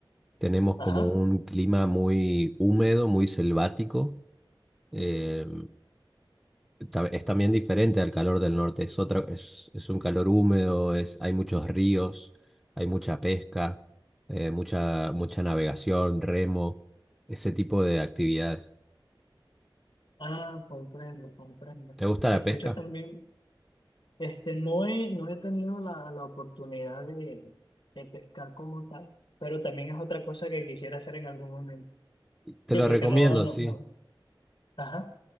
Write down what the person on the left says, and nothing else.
Ajá.
Ah, comprendo, comprendo.
Se
escucha
también, este, no he, no he tenido la, la oportunidad de, de pescar como tal, pero también es otra cosa que quisiera hacer en algún momento. Sí,
porque
no, no,
no. Ajá.